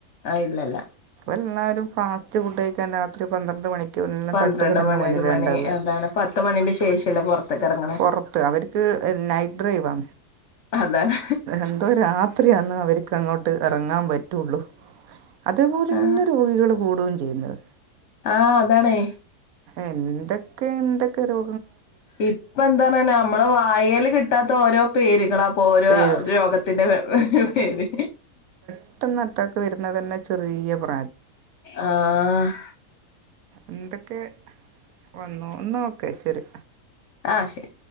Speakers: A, on the left; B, on the right.
A: ആയിലല്ല
B: എല്ലാരും ഫാസ്റ്റ് ഫുഡ് ക ഴിക്കാൻ രാത്രി പന്ത്രണ്ട് മണിക്ക്എല്ലാം
A: പന്ത്രണ്ട്
B: തട്ടുകടന്റെ
A: മണി
B: മുന്നിലാഉണ്ടാവുക
A: ഒരു മണി
B: <unintelligible>
A: അതാണ്
B: എന്താണ്
A: പത്ത് മണിന്റെ
B: പത്ത്മണിന്റെ
A: ശേഷല്ലേ
B: ശേഷല്ലെ
A: പുറത്തേക്ക് ഇറങ്ങണേ
B: പു പുറത്ത് അവർക്ക് നൈറ്റ് ഡ്രൈവാ
A: അതാണ്
B: എന്തോ രാത്രിയാന്ന് അവർക്ക് അങ്ങോട്ട് എറങ്ങാൻ പറ്റുള്ളു അതേപോലെന്നെ
A: ആ
B: രോഗികൾ കൂടുകയും ചെയ്യുന്നത്
A: ആ അതാണേ
B: എന്തൊക്കെ എന്തൊക്കെ രോ
A: ഇപ്പ എന്തന്ന നമ്മള് വായേല് കിട്ടാത്ത ഓരോ പേരുകളാ അപ്പൊ ഓരോ
B: വരും
A: രോഗത്തിന്റെ ഓരോ പേര്
B: ട്ടന്ന് അറ്റാക്ക് വരുന്നത് തന്നെ ചെറിയ പ്ര
A: ആ ആ
B: എന്തൊക്കെ വന്നു എന്നാ ഓക്കെ ശരി
A: ആ ശരി